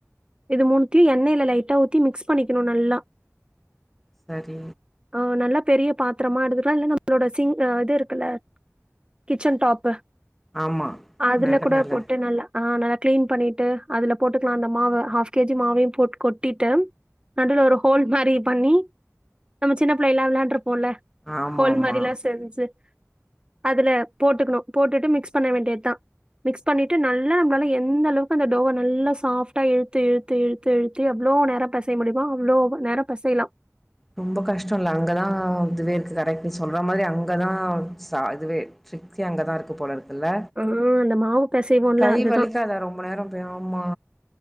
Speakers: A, on the right; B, in the centre.
A: இது மூணத்தியு எண்ணெயில லைட்டா ஊத்தி மிக்ஸ் பண்ணிக்கணு நல்லா
B: சரி
A: ஆ நல்லா பெரிய பாத்தரமா எடுத்துகலாம் இல்ல நம்மளோட சிங் இது இருக்குல கிச்சன் டாப்பு
B: ஆமா
A: அதுல
B: மேட
A: கூட
B: மேல
A: போட்டு நல்லா ஆஹ் நல்லா கிளீன் பண்ணிட்டு அதுல போட்டுக்கலாம் அந்த மாவ ஆஃப் கேஜி மாவயும் போட் கொட்டிட்டு நடுவுல ஒரு ஹோல் மாரி பண்ணி <inaudible> நம்ம சின்ன புள்ளைலா விளயாண்ட்டுயிருப்போம்ல
B: ஆமா
A: ஹோல்
B: ஆமா
A: மாரிலாம் செஞ்சு அதுல போட்டுக்கணு போட்டுட்டு மிக்ஸ் பண்ண வேண்டிதான் மிக்ஸ் பண்ணிட்டு நல்லா நம்பளால எந்த அளவுக்கு அந்த டோவ நல்லா சாஃப்ட்டா இழுத் து இழுத்து இழுத்து இழுத்து எவ்ளோ நேரம் முடியுமா அவ்ளோ நேரம் பெசைலாம்
B: ரொம்ப கஷ்டொல்ல அங்கதான் இதுவே இருக்கு கரெக்ட் நீ சொல்ற மாதிரி அங் கதா ச இதுவே ட்ரிக்கே அங்கதா இருக்கு போல இருக் எல்ல
A: ஆ அந்த மாவு பெசைவோம்ல
B: கை
A: அதுதான்.
B: வலிக்காதா ரொம்ப நேரம் பாவுமா